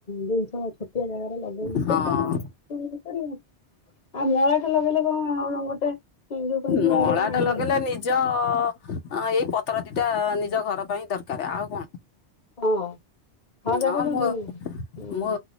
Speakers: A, on the left; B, on the left.
A: ଜିଣିଷ ଛୋଟିଆ ଜାଗା
B: ହଁ
A: <inaudible> ଆଉ ମଳଟୋ ଲଗେଇଲେ କଣ ଆଉ ଗୋଟେ ଯୋଉ କହନ୍ତି
B: ମଳାଟ
A: ମାଣ୍ଡିଆରେ ମାଣ୍ଡିଆ
B: ଲଗେଇଲେ
A: ହବ।
B: ନିଜ ଏଇ ପତ୍ର ଦିଇଟା ନିଜ ଘର ପାଇଁ ଦରକାର ଆଉ କଣ
A: ହଁ ହଁ ଯା
B: ନ
A: କହିଲୁ
B: ମୁଁ
A: ହୁଁ
B: ମୁଁ